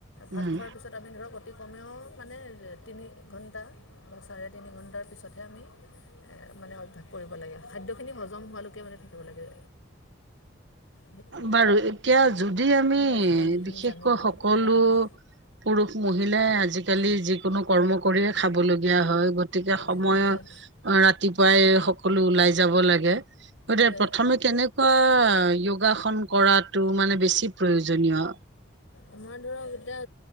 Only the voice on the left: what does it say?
ভাত
খোৱাৰ পিছত আমি ধৰক অতি। কমেও মানে তিনি ঘণ্টা বা চাৰে তিনি ঘণ্টাৰ পিছতহে আমি মানে অভ্যাস কৰিব লাগে খাদ্যখিনি হজম হোৱালৈকে মানে থাকিব লাগে। সেইটোৱে
মই যিমানখিনি
জানো আৰু
হয় হয়
হয় হয়
হয়
আমাৰ ধৰক এতিয়া